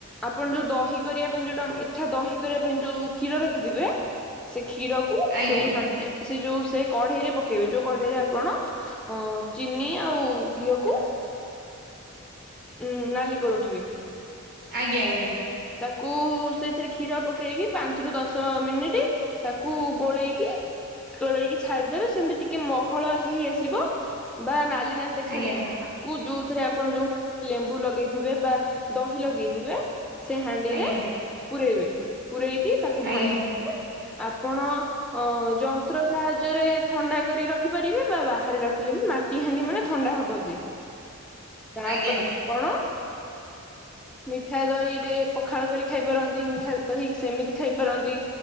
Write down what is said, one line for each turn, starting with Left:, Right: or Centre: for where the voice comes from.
Centre: ଆପଣ ଯଉ ଦହି କରିବା ପାଇଁ ଯଉଟା ମିଠା ଦହି କରିବା ପାଇଁ ଯଉ କ୍ଷୀର ରଖିଥିବେ ସେ କ୍ଷୀରକୁ
Right: ଆଜ୍ଞା
Centre: ସେଇ ହାଣ୍ଡିରେ ସେ ଯଉ ସେ କଢେଇ ରେ ପକେଇବେ ଯଉ କଢେଇରେ ଆପଣ ଅ- ଚିନି ଆଉ ଘିଅକୁ ଉଁ- ନାଲି କରୁଥିବେ
Right: ଆଜ୍ଞା- ଆଜ୍ଞା।
Centre: ତାକୁ ସେଥିରେ କ୍ଷୀର ପକେଇକି ପାଞ୍ଚ୍ ରୁ ଦଶ ମିନିଟି ତାକୁ ଗୋଳେଇକି ତୋଳେଇକି ଛାଡିଦେବେ ସେମିତି ଟିକେ ମହଳ ହେ ଆସିବ ବା ନାଲି ନାଲି ଦେଖାଯିବ
Right: ଆଜ୍ଞା
Centre: ତାକୁ ଯୋଉଥିରେ ଆପଣ ଯୋଉ ଲେମ୍ବୁ ଲଗେଇଥିବେ ବା ଦହି ଲଗେଇଥିବେ। ସେ ହାଣ୍ଡିରେ
Right: ଆଜ୍ଞା
Centre: ପୂରେଇବେ ପୂରେଇକି ତାକୁ ଢାଙ୍କିକି
Right: ଆଜ୍ଞା ଆଜ୍ଞା
Centre: ଆପଣ ଅ ଯନ୍ତ୍ର ସାହାଯ୍ୟରେ ଥଣ୍ଡା କରି ରଖିପାରିବେ ବା ବାହାରେ ରଖିଲେ ବି ମା ଟି ହାଣ୍ଡି ମାନେ ଥଣ୍ଡା ହବ ଯେ ତାପରେ
Right: ଆଜ୍ଞା
Centre: ଆପଣ ମିଠା ଦହି ରେ ପଖାଳ କରି ଖାଇ ପାରନ୍ତି ମିଠା ଦହି ସେମିତି ଖାଇପାରନ୍ତି।